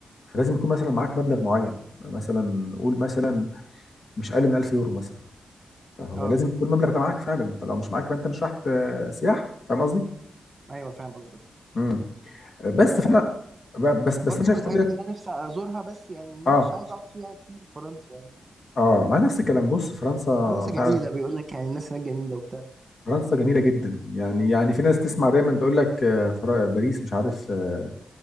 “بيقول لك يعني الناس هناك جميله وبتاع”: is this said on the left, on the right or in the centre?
Right